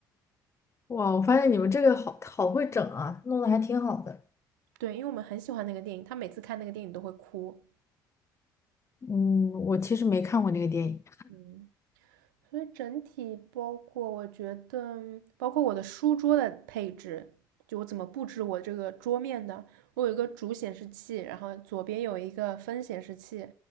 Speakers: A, on the left (about 25°); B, on the right (about 75°).
A: 哇，我发现你们这个好好会整啊，弄得还挺好的。
B: 对，因为我们很喜欢那个电影，他每次看那个电影都会哭。
A: 嗯，我其实没看过那个电影。
B: 嗯，所以整体包括，我觉得包括我的书桌的配置，就我怎么布置我这个桌面的。我有一个主显示器，然后左边有一个分显示器，